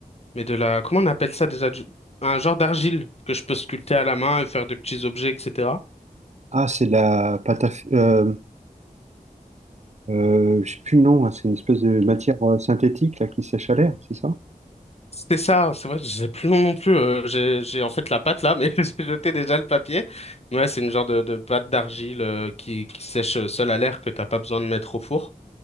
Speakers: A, on the left; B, on the right.
A: mais de la comment on appelle ça déjà? du- Un genre d'argile que je peux sculpter à la main et faire des petits objets, etc.
B: Ah, c'est de la pâte à... f- Euh, euh, je sais plus le nom, hein, c'est une espèce de matière euh, synthétique là, qui sèche à l'air, c'est ça?
A: C'était ça, c'est vrai, je sais plus le nom non plus. euh, j'ai, j'ai en fait la pâte là, mais <laughs> j'ai jeté déjà le papier. Mais Ouais, c'est une genre de, de pâte d'argile euh, qui, qui sèche euh, seule à l'air que t'as pas besoin de mettre au four.